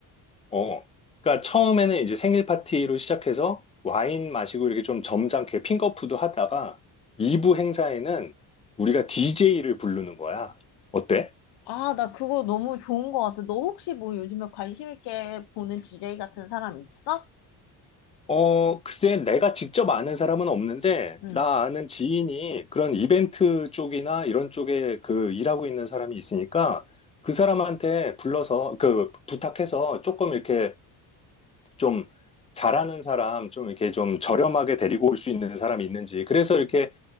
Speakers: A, on the left (about 15°); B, on the left (about 70°).
A: 어. 그러니까 처음에는 이제 생일 파티로 시작해서 와인 마시고 이렇게 좀 점잖게 핑거푸드 하다가 2부 행사에는 우리가 DJ를 부르는 거야. 어때?
B: 아, 나 그거 너무 좋은 것 같아. 너 혹시 뭐 요즘에 관심 있게 보는 DJ 같은 사람 있어?
A: 어, 글쎄 내가 직접 아는 사람은 없는데
B: 응.
A: 나 아는 지인이 그런 이벤트 쪽이나 이런 쪽에 그 일하고 있는 사람이 있으니까 그 사람한테 불러서 그 부탁해서 조금 이렇게 좀 잘하는 사람, 좀 이렇게 좀 저렴하게 데리고 올 수 있는 사람이 있는지. 그래서 이렇게